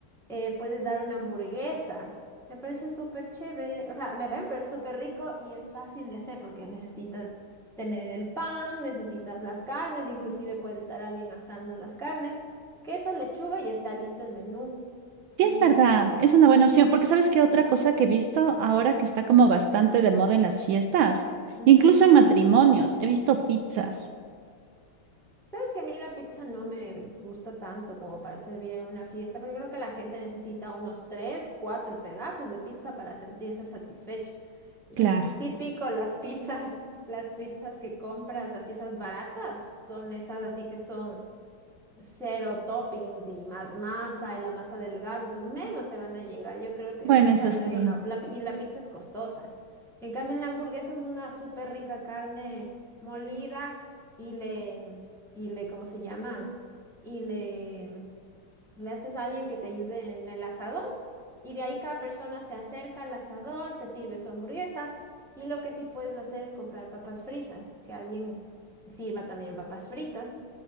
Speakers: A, in the centre; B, on the right.
A: eh, puedes dar una hamburguesa. Me parece súper chévere. O sea, me, me parece súper rico y es fácil de hacer porque necesitas tener el pan, necesitas las carnes, inclusive puede estar alguien asando las carnes, queso, lechuga y está listo el menú. Y
B: Sí, es verdad, es una buena opción, porque ¿sabes qué otra cosa que he visto ahora que está como bastante de moda en las fiestas?
A: ujú.
B: Incluso en matrimonios, he visto pizzas.
A: Sabes que a mí la pizza no me gusta tanto como para servir en una fiesta, porque creo que la gente necesita unos tres, cuatro pedazos de pizza para sentirse satisfecho. Y
B: Claro.
A: típico las pizzas, <laughs> las pizzas que compras, así esas baratas, son esas así que son cero toppings y más masa y la masa delgada, entonces menos se van a llegar. Yo creo que
B: Bueno,
A: pizza
B: eso
A: no
B: sí.
A: es una, la pi- y la pizza es costosa. En cambio, en la hamburguesa es una súper rica carne molida y le, y le, ¿cómo se llama? Y le le haces a alguien que te ayude en el asador y de ahí cada persona se acerca al asador, se sirve su hamburguesa y lo que sí puedes hacer es comprar papas fritas, que alguien sirva también papas fritas